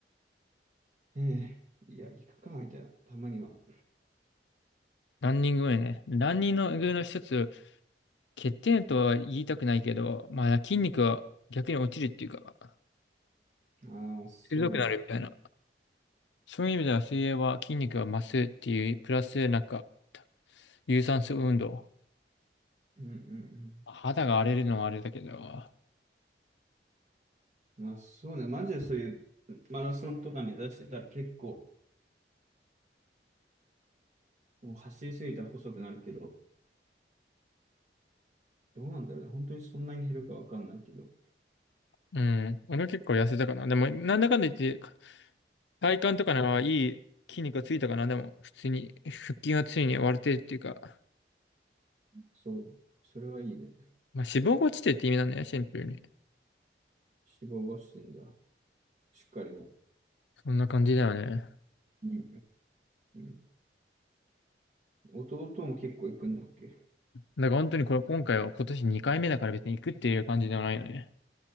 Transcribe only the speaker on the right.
ええいや、行くか、みたいな、たまには。
ああ、そうね。
うんうん
うん。まあ、そうね。マジでそういうマラソンとか目指してたら結構、もう走りすぎたら細くなるけど、どうなんだろうね。本当にそんなに減るかわかんないけど。
そう。それはいいね。
脂肪がしてんだ。しっかりね。
うんうんうんうん。弟も結構行くんだっけ